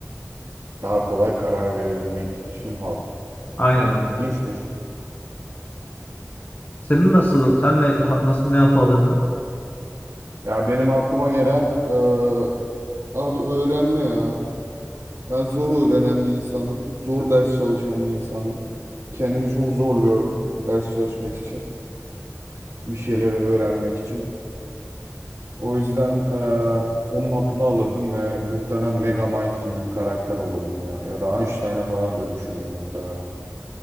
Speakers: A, on the right; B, on the left.
A: Daha kolay karar verebilmek için hap.
B: Aynen
A: Hmm,
B: öyle.
A: İlginçmiş.
B: Senin nasıl, sen ne, ha- nasıl ne yapalırdın?
A: Ya benim aklıma gelen eee, abi öğrenme ya. Ben zor öğrenen bir insanım. Zor ders çalışan bir insanım. Kendimi çok zorluyorum ders çalışmak için. bir şeyleri öğrenmek için. O yüzden eee, onun hapını alırdım ve muhtemelen Megamind gibi bir karakter olurdum ya. Ya da Einstein'a falan dönüşürdüm muhtemelen.